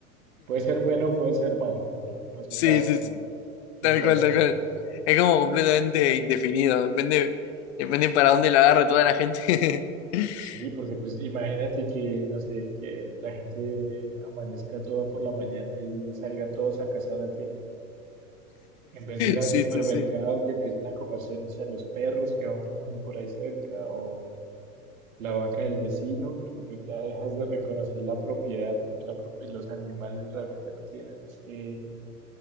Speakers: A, on the right; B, on the left.
A: Puede ser bueno, puede ser malo, no, no se
B: Sí,
A: sabe
B: sí, sí,
A: qué, qué
B: tal
A: pueda
B: cual,
A: pasar.
B: tal cual. Es como completamente indefinido, depende, depende para dónde la agarre toda la gente. <laughs>
A: Sí, porque pues imagínate que, no sé, que la gente amanezca toda por la mañana y salgan todos a cazar al tiempo. En vez de ir al
B: Sí,
A: supermercado,
B: sí, sí.
A: que empiecen a comerse, no sé, los perros que van pasando por ahí cerca o la vaca del vecino, porque pues ya dejas de reconocer la propiedad, porque la propi- los animales realmente no tienen este,